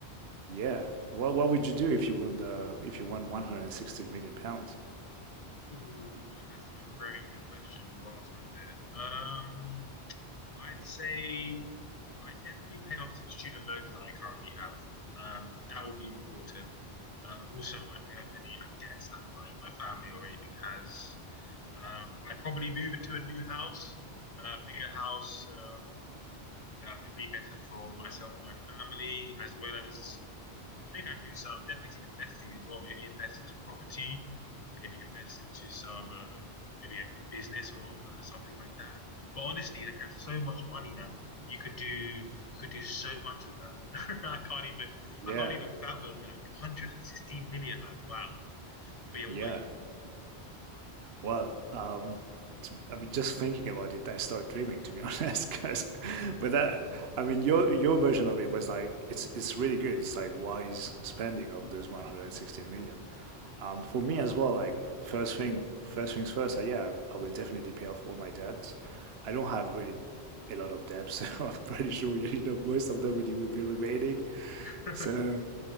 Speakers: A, on the right; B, on the left.
A: Yeah. What what would you do if you won the if you won 116 million pounds?
B: Ooh, that's a very good question you asked right there. Um, I'd say I definitely pay off some student loans that I currently have. Um, that would be important. Um, also, I pay off any like debts that my, my family or anything has. Um, I'd probably move into a new house, a bigger house. Um, that would be better for myself and my family, as well as I think I'd do some definitely some investing as well. Maybe invest into property, maybe invest into some uh, maybe a, a business or uh, something like that. But honestly, like that's so much money that you could do you could do so much with that. <laughs> I can't even
A: Yeah.
B: I can't even fathom like 116 million. Like wow. But yeah,
A: Yeah.
B: what
A: Well, um, to, I mean, just thinking about it, I start dreaming, to be honest, <laughs> Because, But that, I mean, your your version of it was like it's it's really good. It's like wise spending of those 116 million. Um, for me as well, like first thing, first things first. I, yeah, I will definitely pay off all my debts. I don't have really a lot of debts, <laughs> so I'm pretty sure you know most of them really will be remaining.
B: about
A: So
B: you? <laughs>